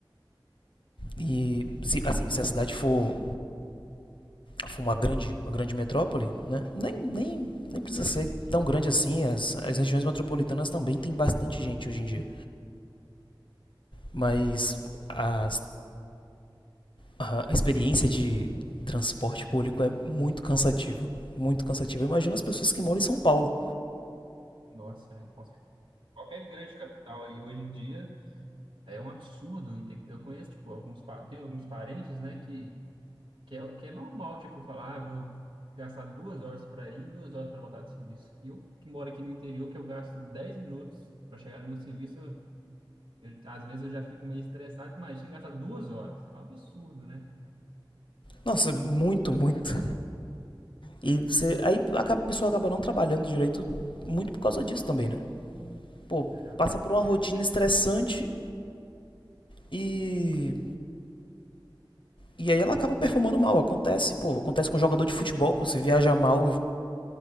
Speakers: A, on the left (about 70°); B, on the right (about 90°).
A: E se, assim, se a cidade for, for uma grande, uma grande metrópole, né? Nem, nem, nem precisa ser tão grande assim. As, as regiões metropolitanas também tem bastante gente hoje em dia. Mas a, a experiência de transporte público é muito cansativa. Muito cansativa. Imagina as pessoas que moram em São Paulo.
B: nossa, é, com certeza. qualquer grande capital aí hoje em dia é um absurdo. inte- Eu conheço, tipo, alguns, pa- tem alguns parentes, né, que Que é, que é normal, tipo, falar, ah, vou gastar duas horas para ir, duas horas para voltar do serviço. E eu que moro aqui no interior, que eu gasto 10 minutos para chegar no meu serviço, eu, eu- às vezes eu já fico meio estressado. Imagina gastar duas horas. É um absurdo, né?
A: Nossa, muito, muito. E você, aí a pessoa acaba não trabalhando direito muito por causa disso também, né? Pô,
B: É, af-
A: passa
B: afeta,
A: por uma rotina
B: né?
A: estressante e e aí ela acaba performando mal, acontece. Pô, acontece com um jogador de futebol, pô, você viaja mal,